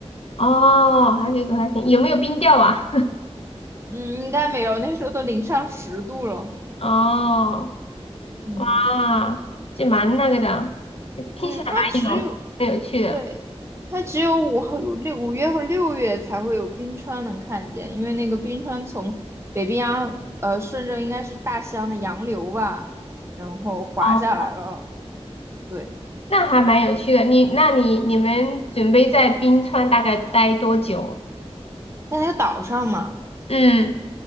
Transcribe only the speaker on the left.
哦，还可以还可以有没有冰钓啊？
<laughs> 哦，
啊，这蛮那个的，听起来蛮有蛮有趣的。
哦，
那还蛮有趣的。你，那你你们准备在冰川大概待多久？
嗯，